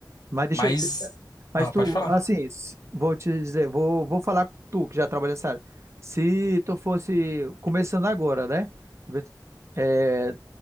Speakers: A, on the right; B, on the left.
A: Mas deixa
B: Mas
A: eu. te- Mas
B: ah,
A: tu,
B: pode falar.
A: assim, se- vou te dizer, vou, vou falar com tu que já trabalha nessa área. Se tu fosse começando agora, né? Vê- É,